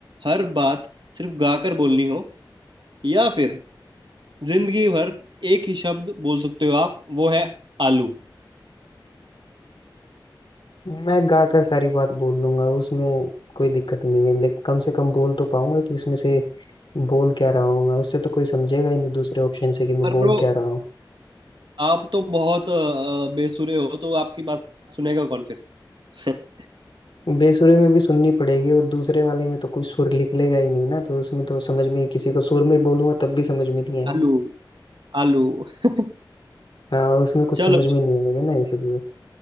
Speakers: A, on the right; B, on the left.
A: हर बात सिर्फ गाकर बोलनी हो या फिर जिंदगी भर एक ही शब्द बोल सकते हो आप वो है आलू
B: मैं गा कर सारी बात बोल लूंगा उसमें कोई दिक्कत नहीं है लेकिन कम से कम बोल तो पाऊंगा कि इसमें से बोल क्या रहा हूँ मैं उससे तो कोई समझेगा ही नहीं दूसरे ऑप्शन से कि मैं
A: पर
B: बोल
A: ब्रो
B: क्या रहा हूँ
A: आप तो बहुत अ, बेसुरे हो तो आपकी बात सुनेगा कौन फिर <laughs>
B: बेसुरे में भी सुननी पड़ेगी और दूसरे वाले में तो कोई सुर निकलेगा ही नहीं ना तो उसमें तो समझ में किसी को सुर में बोलूंगा तब भी समझ में नहीं आएगा
A: आलू आलू <laughs>
B: हाँ उसमें कुछ
A: चलो
B: समझ में नहीं आएगा ना इसलिए